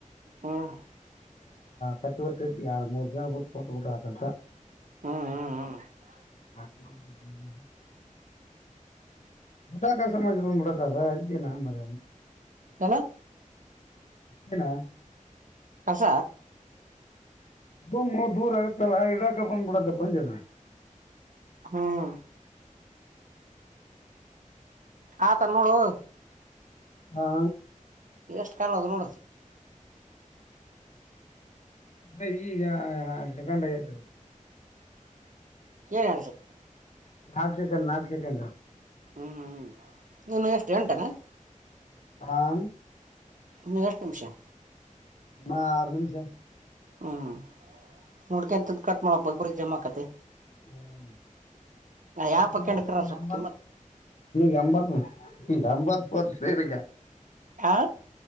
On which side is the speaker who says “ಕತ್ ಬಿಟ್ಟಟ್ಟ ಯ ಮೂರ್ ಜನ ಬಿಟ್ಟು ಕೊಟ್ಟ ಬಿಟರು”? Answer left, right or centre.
Left